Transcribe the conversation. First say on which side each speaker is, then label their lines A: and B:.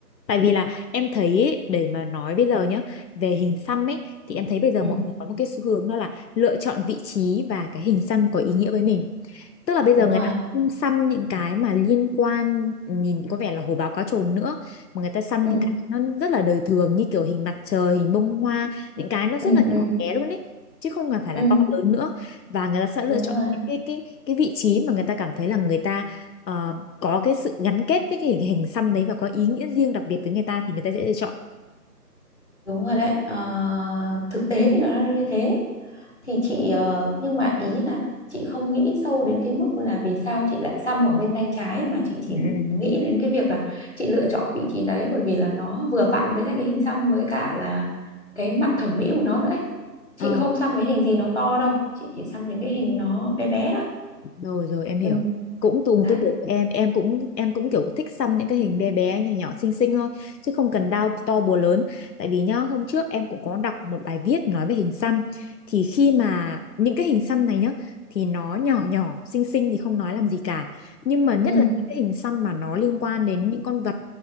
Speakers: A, on the left; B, on the left.
A: Tại vì là em thấy ấy, để mà nói bây giờ nhá về hình xăm ấy thì em thấy bây giờ
B: ừ
A: mọi người có một cái xu hướng đó là lựa chọn vị trí và cái hình xăm có ý nghĩa với mình. Tức là bây giờ
B: đúng
A: người
B: rồi
A: ta không xăm những cái mà liên quan nhìn có vẻ là hổ báo cá trồn nữa mà người ta xăm
B: ừ
A: những cái nó rất là đời thường như kiểu hình mặt trời, hình bông hoa, những cái nó rất
B: ừ
A: là
B: ừ
A: nhỏ bé luôn ấy chứ không cần phải là
B: ừ
A: to lớn nữa và người ta sẽ lựa
B: đúng
A: chọn
B: rồi
A: cái cái cái, cái vị trí mà người ta cảm thấy là người ta ờ, có cái sự gắn kết với cái hình, hình xăm đấy và có ý nghĩa riêng đặc biệt với người ta thì người ta sẽ lựa chọn
B: đúng rồi đấy Ờ, thực tế thì nó là như thế thì chị ờ, nhưng mà ý là chị không nghĩ sâu đến cái mức là vì sao chị lại xăm ở bên tay trái mà chị chỉ
A: Ừ. ừ.
B: nghĩ đến cái việc là chị lựa chọn vị trí đấy bởi vì là nó vừa vặn với lại cái hình xăm với cả là cái mặt thẩm mỹ của nó nữa ấy. Chị
A: Ờ,
B: không xăm cái hình gì nó to đâu chị chỉ xăm những cái hình nó bé bé thôi
A: rồi rồi em
B: ừ
A: hiểu cũng cùng
B: đấy
A: tư tưởng của em em cũng em cũng kiểu thích xăm những cái hình bé bé nhỏ nhỏ xinh xinh thôi chứ không cần đau to búa lớn tại vì nhá hôm trước em cũng có đọc một bài viết nói về hình xăm thì khi mà những cái hình xăm này nhá thì nó nhỏ nhỏ xinh xinh thì không nói làm gì cả nhưng mà nhất
B: ừ
A: là những cái hình xăm mà nó liên quan đến những con vật